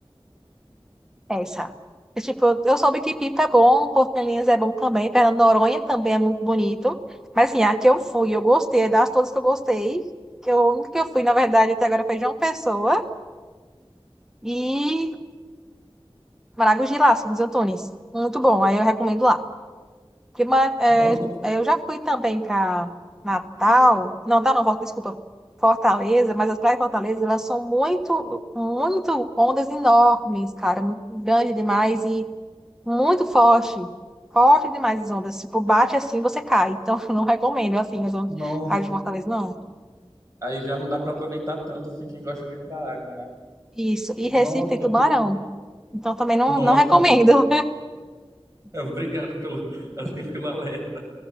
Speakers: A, in the centre; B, on the right (about 30°).
A: Essa. E, tipo, eu eu soube que Pipa é bom, Porto de Galinhas é bom também, Fernando de Noronha também é muito bonito. Mas, assim, a que eu fui, eu gostei, é das todas que eu gostei, que eu, a única que eu fui, na verdade, até agora foi João Pessoa e Maragogi lá, São dos Antunes. Muito bom, aí eu recomendo lá. Que, ma- é,
B: Nossa, que-
A: é, eu já fui também para Natal, não, Natal não, Fort- desculpa, Fortaleza, mas as praias de Fortaleza, elas são muito, muito ondas enormes, cara, muito grande demais e muito forte, forte demais as ondas, tipo, bate assim, você cai, então <laughs> não recomendo, assim, as ondas
B: nossa.
A: as de Fortaleza, não.
B: Aí já não dá pra aproveitar tanto assim quem gosta de ir pra água, né?
A: Isso, e
B: Nossa,
A: Recife tem tubarão,
B: que.
A: então também não,
B: Nossa,
A: não recomendo.
B: <laughs> obrigado pelo, assim, pelo alerta.